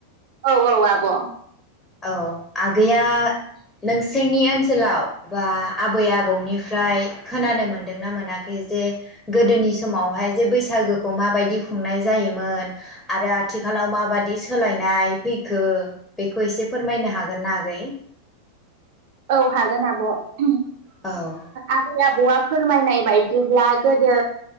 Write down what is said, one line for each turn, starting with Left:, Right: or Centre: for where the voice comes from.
Right: औ औ आब'।
Left: औ आगैया नोंसोरनि ओनसोलाव बा आबै आबौनिफ्राय खोनानो मोनदोंना मोनाखै जे गोदोनि समावहाय जे बैसागोखौ माबायदि खुंनाय जायोमोन आरो आथिखालाव माबादि सोलायनाय फैखो बे खौ एसे फोरमायनो हागोन ना आगै।
Right: औ हागोन आब'। ओ
Left: औ
Right: आबै आबौआ फोरमायनाय बायदि जेब्ला गोदो